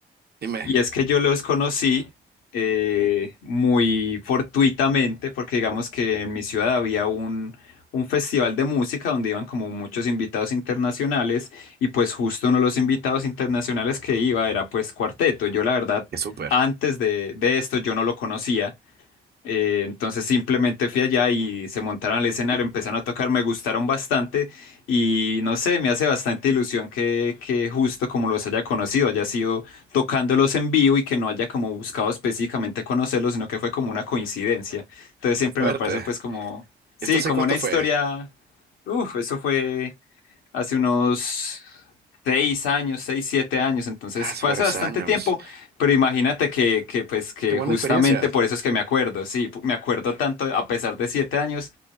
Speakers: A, on the right; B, on the left.
A: dime,
B: Y es que yo los conocí eh, muy fortuitamente, porque digamos que en mi ciudad había un, un festival de música donde iban como muchos invitados internacionales, y pues justo uno de los invitados internacionales que iba era pues Cuarteto. Yo la verdad,
A: qué súper.
B: antes de, de esto yo no lo conocía, eh, entonces simplemente fui allá y se montaron al escenario, empezaron a tocar, me gustaron bastante y no sé, me hace bastante ilusión que, que justo como los haya conocido, haya sido tocándolos en vivo y que no haya como buscado específicamente conocerlos, sino que fue como una coincidencia. Entonces siempre
A: Suerte.
B: me parece pues como, sí,
A: ¿Esto hace
B: como
A: cuánto
B: una
A: fue?
B: historia, uff, eso fue hace unos seis años, seis, siete años, entonces
A: Hace
B: fue
A: varios
B: hace bastante
A: años.
B: tiempo, pero imagínate que, que, pues, que
A: Qué buena
B: justamente
A: experiencia.
B: por eso es que me acuerdo, sí, me acuerdo tanto a pesar de siete años,